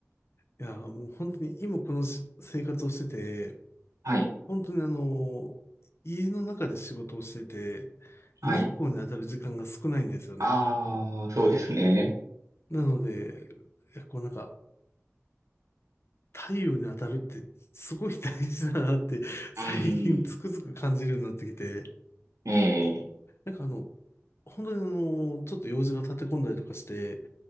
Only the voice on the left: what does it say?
いや、もう本当に今このし生活をしてて、
本当にあの、家の中で仕事をしてて、
日光に当たる時間が少ないんですよね。
なので、こうなんか、太陽に当たるってすごい大事だなって最近つくづく感じるようになってきて、
なんかあの、本当にあの、ちょっと用事が立て込んだりとかして、